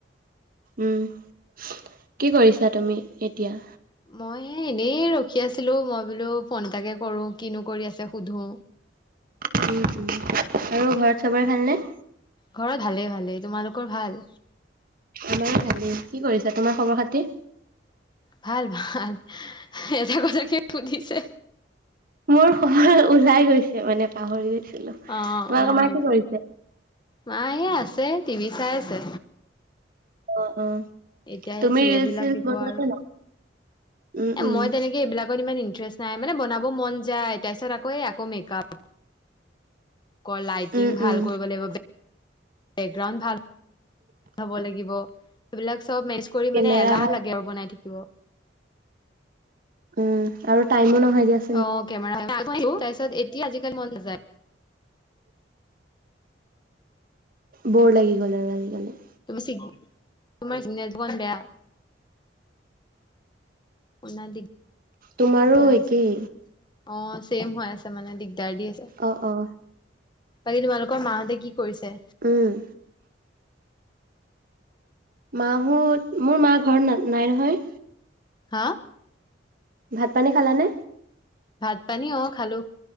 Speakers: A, on the right; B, on the left.
A: উম কি কৰিছা তুমি এতিয়া।
B: মই এনেই ৰখি আছিলোঁ মই বোলো ফোন এটাকে কৰো কিনো কৰি আছে সুধো।
A: আৰু ঘৰত চবৰে ভালনে।
B: ঘৰত ভালেই, ভালেই তোমালোকৰ ভাল।
A: আমাৰ ভালেই কি কৰিছা তোমাৰ খবৰ খাতি।
B: ভাল, ভাল এটা কথাকে সুধিছে।
A: মোৰ ঘৰ ওলাই গৈছে মানে পাহৰি গৈছিলোঁ
B: অ'
A: তোমাক
B: অ'
A: আমাৰ কি কৰিছে?
B: মায়ে আছে টিভি চাই আছে।
A: অ', অ'।
B: এতিয়া সেই
A: তুমি
B: চিৰিয়েল
A: ৰিলচ
B: বিলাক
A: চিলচ
B: দিব
A: বনোৱা
B: আৰু
A: নে নাই? উম,
B: এ
A: উম,
B: মই তেনেকে এইবিলাকত ইমান ইনটেৰেস্ট নাই মানে বনাব মন যায় তাৰপিছত আকৌ এই আকৌ মেকআপ ক লাইটিং
A: উম,
B: ভাল
A: উম,
B: কৰিব লাগিব বেকগ্ৰাউণ্ড ভাল হ'ব লাগিব সেইবিলাক চব মেচ কৰি
A: কেমেৰা
B: মানে এলাহ
A: ভাল
B: লাগে আৰু বনাই থাকিব।
A: উম আৰু টাইমো নহয় যে।
B: অ', কেমেৰা তাৰ পিছত এতিয়া আজিকালি মন নাযায়।
A: ব'ৰ লাগি গ'ল আৰু আজি কালি।
B: তুমি তোমাৰ চিগনেছীন <unintelligible> বেয়া <unintelligible>
A: তোমাৰো
B: দিগদাৰ
A: একেই।
B: হৈছে অ', ছেম হৈ আছে মানে দিগদাৰ দি আছে।
A: অ', অ'।
B: বাকী তোমালোকৰ মাহঁতে কি কৰিছে?
A: উম। মাঁহত মোৰ মা ঘৰত ন নাই নহয়।
B: হা।
A: ভাত পানী খালানে?
B: ভাত পানী অ খালো